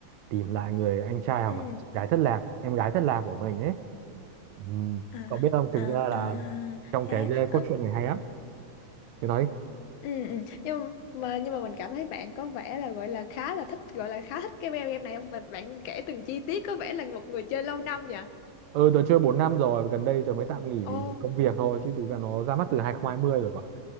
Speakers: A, on the right; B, on the left.
A: tìm lại người anh trai hoặc
B: ừ
A: là chị gái thất lạc em gái thất lạc của mình ấy ừ.
B: à
A: Cậu biết không thực
B: à
A: ra là
B: à
A: trong
B: thế
A: cái
B: ừ,
A: cốt truyện này hay lắm tôi nói
B: ừ ừ. nhưng mà nhưng mà mình cảm thấy bạn có vẻ là gọi là khá là thích gọi là khá thích cái game game này ông và bạn kể từng chi tiết có vẻ là một người chơi lâu năm nhỉ
A: ừ tớ chơi bốn năm rồi và gần đây tớ mới tạm nghỉ vì
B: ồ
A: công việc thôi chứ thực ra nó ra mắt từ 2020 rồi cơ